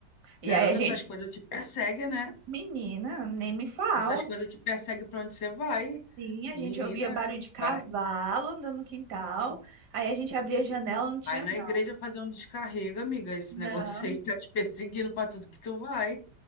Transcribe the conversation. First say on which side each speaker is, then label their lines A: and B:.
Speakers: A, on the right; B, on the left.
A: E
B: Garota,
A: aí a gente,
B: essas coisas te perseguem, né?
A: menina, nem me fala.
B: Essas coisas te perseguem pra onde você vai.
A: Sim, a
B: Menina,
A: gente ouvia barulho de cavalo
B: vai.
A: andando no quintal. Aí a gente abria a janela, não tinha
B: Vai na
A: nada.
B: igreja fazer um descarrego, amiga. Esse
A: Não,
B: negócio aí tá te perseguindo pra tudo que tu vai.